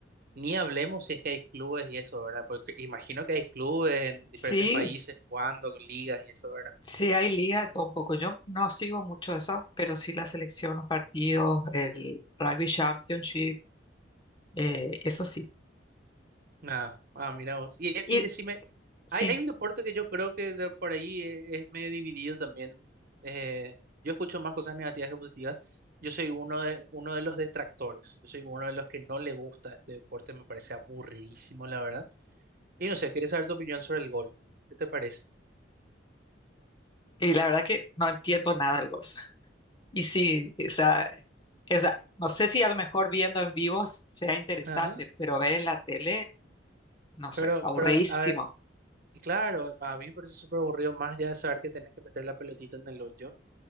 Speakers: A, on the right; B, on the left.
A: Ni hablemos si es que hay clubes y eso, ¿verdad? Porque imagino que hay clubes en diferentes
B: sí,
A: países jugando con ligas y eso, ¿verdad?
B: sí hay liga, de todo un poco. Yo no sigo mucho eso, pero sí la selección, los partidos, el Rugby Championship, eh, eso sí.
A: Ah, ah, mira vos. Y,
B: Y
A: y decime,
B: sí,
A: hay, hay un deporte que yo creo que de por ahí es, es medio dividido también. Eh, yo escucho más cosas negativas que positivas. Yo soy uno de, uno de los detractores. Yo soy uno de los que no le gusta este deporte. Me parece aburridísimo, la verdad. Y no sé, quería saber tu opinión sobre el golf. ¿Qué te parece?
B: y la verdad que no entiendo nada del golf. Y sí, o sea o sea no sé si a lo mejor viendo en vivo s- sea interesante,
A: Ajá.
B: pero ver en la tele, no sé,
A: Pero,
B: aburridísimo.
A: pero, a ver, y claro, a mí me parece súper aburrido más allá de saber que tenés que meter la pelotita en el hoyo.